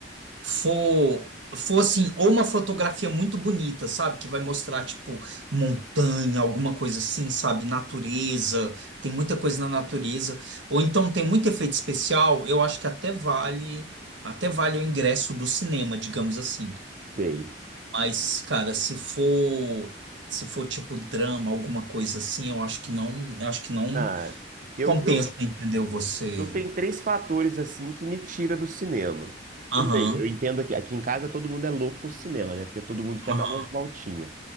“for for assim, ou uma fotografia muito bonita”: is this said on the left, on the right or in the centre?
Right